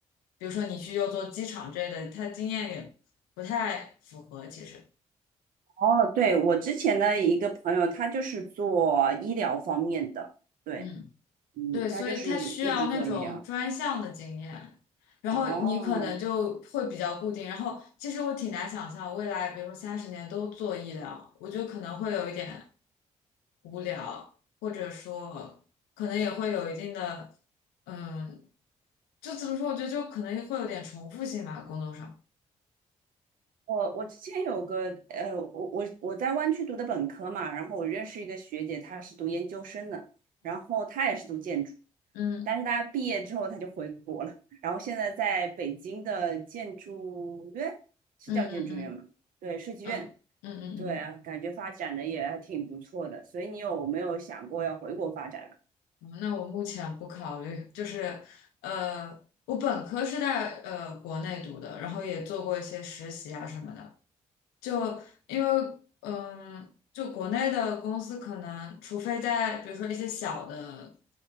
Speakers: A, on the left (about 80°); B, on the right (about 65°).
A: 比如说你去又做机场之类的，他经验也不太符合，其实。
B: 哦，对，我之前的一个朋友，他就是做医疗方面的，对，
A: 嗯。
B: 嗯，
A: 对，所以他需要那种专项的经验，
B: 他就是一直做医疗。
A: 然后你可能就会比较固定。
B: 哦，
A: 然后其实我挺难想象未来，比如说三十年都做医疗，我觉得可能会有一点无聊，或者说可能也会有一定的，嗯，就怎么说？我觉得就可能会有点重复性吧，工作上。
B: 我我之前有个呃，我我我在湾区读的本科嘛，然后我认识一个学姐，她是读研究生的，然后她也是读建筑，
A: 嗯
B: 但是她毕业之后她就回国了，然后现在在北京的建筑院，是叫建筑院吗？
A: 嗯嗯嗯
B: 对，设计院。
A: 嗯嗯嗯嗯。
B: 对啊，
A: 嗯嗯
B: 感觉发展的也还挺不错的，所以你有没有想过要回国发展？
A: 嗯那我目前不考虑，就是，呃，我本科是在呃国内读的，然后也做过一些实习啊什么的，就因为嗯，就国内的公司可能，除非在比如说一些小的，